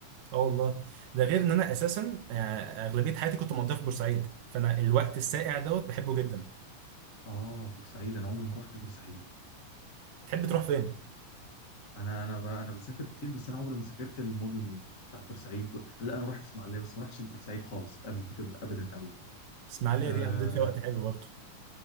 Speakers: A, on the right; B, on the left.
A: اه والله ده غير ان انا اساسا آه، اغلبيه حياتي كنت مقضيها في بورسعيد فانا الوقت الساقع دوت بحبه جدا
B: اه بورسعيد انا عمري ما رحت بورسعيد
A: تحب تروح فين
B: انا انا ب... انا بسافر كتير بس انا عمري ما سافرت المدن بتاع بورسعيد و... لا انا رحت اسماعيليه بس ما رحتش بورسعيد خالص قبل كده ابدا ابدا
A: اسماعيليه
B: آه...
A: دي قضيت فيها وقت حلو برضه